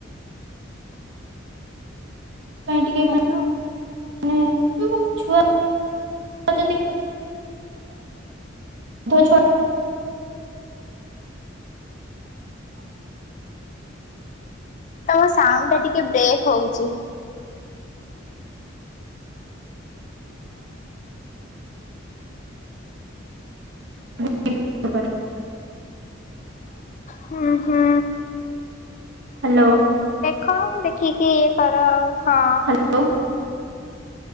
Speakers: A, on the right (about 65°); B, on the left (about 40°).
A: ପାଇଁ ଟିକେ
B: ହାଲୋ।
A: ମାନେ ଏଇ ମାନେ ଛୁଆ <inaudible> ଗଧ ଛୁଆ <inaudible>
B: ତୋମ ସାଉଣ୍ଡ ଟା ଟିକେ ବ୍ରେକ୍ ହଉଚି।
A: <inaudible>
B: ହୁଁ, ହୁଁ,
A: ହ୍ୟାଲୋ।
B: କଣ ଦେଖିକି ଇଏ କର। ହଁ।
A: ହ୍ୟାଲୋ